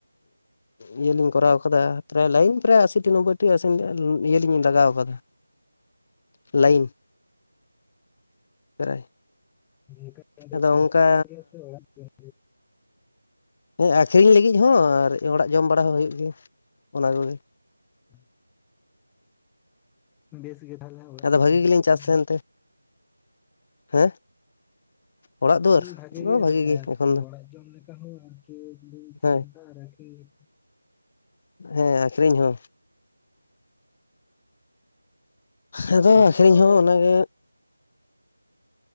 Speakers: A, on the left; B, in the centre.
A: ᱤᱭᱟᱹᱞᱤᱧ ᱠᱚᱨᱟᱣ ᱟᱠᱟᱫᱟ, ᱯᱨᱟᱭ ᱞᱟᱭᱤᱱ ᱯᱨᱟᱭ ᱟᱥᱤᱴᱤ ᱱᱚᱵᱽᱵᱚᱭᱴᱤ ᱟᱹᱥᱤᱱ ᱤᱭᱟᱹ ᱞᱤᱧ ᱞᱟᱜᱟᱣ ᱟᱠᱟᱫᱟ᱾ ᱞᱟᱭᱤᱱ ᱯᱨᱟᱭ᱾
B: <inaudible>
A: ᱟᱫᱚ ᱚᱱᱠᱟ ᱦᱮᱸ ᱟᱠᱷᱨᱤᱧ ᱞᱟᱹᱜᱤᱡ ᱦᱚᱸ ᱟᱨ ᱚᱲᱟᱜ ᱡᱚᱢ ᱵᱟᱲᱟ ᱦᱚᱸ ᱦᱩᱭᱩᱜ ᱜᱮᱭᱟ, ᱚᱱᱟ ᱠᱚᱜᱮ᱾
B: <inaudible> ᱵᱮᱥ ᱜᱮ ᱛᱟᱦᱞᱮ ᱚᱲᱟᱜ
A: ᱟᱫᱚ
B: ᱡᱚᱢ
A: ᱵᱷᱟᱜᱤ
B: ᱦᱚᱸ
A: ᱜᱮᱞᱤᱧ
B: ᱟᱠᱷᱨᱤᱧ
A: ᱪᱟᱥ ᱛᱟᱦᱮᱱ
B: ᱦᱚᱸ᱾
A: ᱛᱮ ᱦᱮᱸ? ᱚᱲᱟᱜ
B: ᱢᱮᱱᱫᱟ
A: ᱫᱩᱣᱟᱹᱨ
B: ᱞᱤᱧ ᱵᱷᱟᱜᱮ
A: ᱫᱚ
B: ᱜᱮ
A: ᱵᱷᱟᱜᱤ
B: ᱮᱱᱛᱮ ᱟᱨᱠᱤ
A: ᱮᱠᱷᱚᱱ ᱫᱚ
B: ᱚᱲᱟᱜ ᱡᱚᱢ ᱞᱮᱠᱟ ᱦᱚᱸ ᱟᱨᱠᱤ ᱵᱤᱱ ᱪᱟᱥᱫᱟ
A: ᱦᱮᱸ
B: ᱟᱨ ᱟᱠᱷᱨᱤᱧ
A: ᱦᱮᱸ ᱟᱠᱷᱨᱤᱧ ᱦᱚᱸ᱾
B: ᱞᱮᱠᱟ
A: ᱦᱮᱸᱫᱚ
B: ᱟᱹᱵᱤᱱ
A: ᱟᱠᱷᱨᱤᱧ
B: ᱫᱚ
A: ᱦᱚᱸ ᱚᱱᱟᱜᱮ᱾